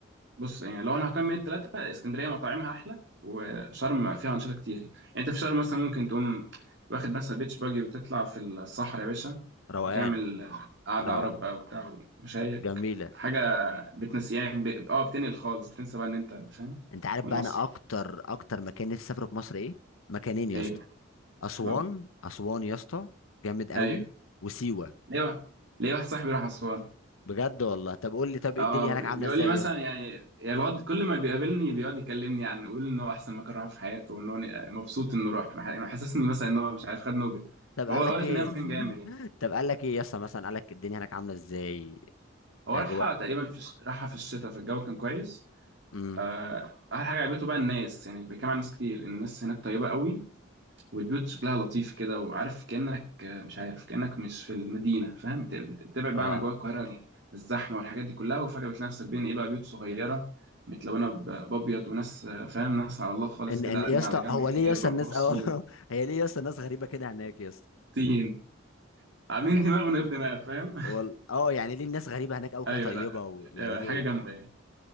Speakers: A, on the right (about 60°); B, on the left (about 85°).
A: بص يعني لو انا هقيم من التلاتة اسكندريه مطاعمها احلى وشرم فيها انشطه كتير يعني انت في شرم مثلا ممكن تقوم واخد مثلا بيتش باجي وتطلع في الصحراء يا باشا
B: روقان
A: وتعمل قعده
B: روقان
A: عرب بقى وبتاع وشايك
B: جميله
A: حاجه بتنسي يعني ب... اه بتنقل خالص بتنسى بقى ان انت فاهم
B: انت عارف
A: في
B: بقى
A: مصر
B: انا اكتر اكتر مكان نفسي اسافره في مصر ايه مكانين يا
A: ايه
B: اسطى اسوان
A: اتفضل
B: اسوان يا اسطى جامد قوي
A: ايوه
B: وسيوه
A: ليه واحد ليه واحد صاحبي راح اسوان
B: بجد والله طب قول لي طب ايه
A: اه
B: الدنيا هناك
A: بي-
B: عامله
A: بيقول
B: ازاي
A: لي مثلا
B: يا اسطى
A: يعني يا الواد كل ما بيقابلني بيقعد يكلمني عن يقول ان هو احسن مكان راحه في حياته وان هو مبسوط انه راح مح- محسسني مثلا ان هو مش عارف خد نوبل
B: طب
A: فهو
B: قال
A: واضح
B: لك ايه
A: ان هي مكان جامد يعني
B: <laughs> طب قال لك ايه يا اسطى مثلا قال لك الدنيا هناك عامله ازاي
A: هو
B: الاجواء
A: راحها تقريبا في الش- راحها في الشتاء فالجو كان كويس
B: امم
A: آه، احلى حاجه عجبته بقى الناس يعني بيتكلم عن ناس كتير الناس هناك طيبه قوي والبيوت شكلها لطيف كده وعارف كأنك آه، مش عارف كأنك مش في المدينة فاهم بت- بت- بتبعد بقى
B: اه
A: عن أجواء القاهرة الزحمة والحاجات دي كلها وفجأة بتلاقي نفسك بين إيه بقى بيوت صغيرة متلونة ب- بأبيض وناس آه، فاهم ناس على الله خالص
B: ان
A: كده
B: ان
A: قاعدين
B: يا اسطى
A: على جنب
B: هو ليه
A: بيرقصوا
B: يا اسطى الناس اه <laughs> هي ليه يا اسطى الناس غريبه كده هناك يا اسطى
A: ومبسوطين عاملين
B: يعني
A: دماغ من غير دماغ فاهم <laughs>
B: وال... اه يعني ليه الناس غريبه هناك او كده
A: أيوه
B: طيبه
A: لا
B: و... يعني
A: آه،
B: ليه
A: حاجة جامدة يعني